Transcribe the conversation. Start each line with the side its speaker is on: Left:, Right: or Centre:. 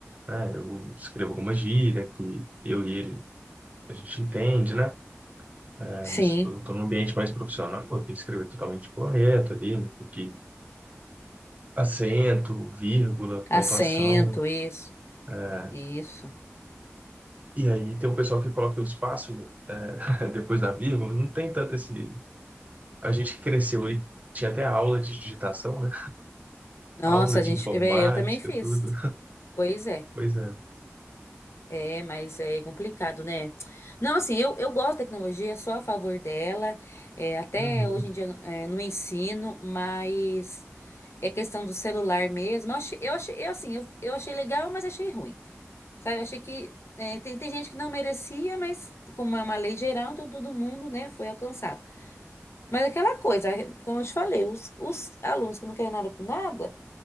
Right: né? Eu escrevo alguma gíria que eu e ele, a gente entende, né? É,
Left: Sim.
Right: Mas Eu tô num ambiente mais profissional, eu tenho que escrever totalmente correto ali, né? Tem que acento, vírgula,
Left: Assento,
Right: pontuação,
Left: isso.
Right: né?
Left: Isso.
Right: E aí tem um pessoal que coloca o espaço eh, <laughs> depois da vírgula, não tem tanto esse. A gente cresceu aí, tinha até aula de digitação, né?
Left: Nossa,
Right: Aula de
Left: a gente.
Right: informática,
Left: é, Eu também fiz.
Right: tudo.
Left: Pois é.
Right: Pois é.
Left: É, mas é complicado, né? Não, assim, eu, eu gosto da tecnologia, sou a favor dela. é, até
Right: Uhum.
Left: hoje em dia é, no ensino, mas é questão do celular mesmo. Eu achei, eu achei, eu, assim, eu, eu achei legal, mas achei ruim. Sabe? Eu achei que é, tem, tem gente que não merecia, mas como é uma lei geral, então todo mundo, né, foi alcançado. Mas aquela coisa, como eu te falei, os, os alunos que não querem nada com nada.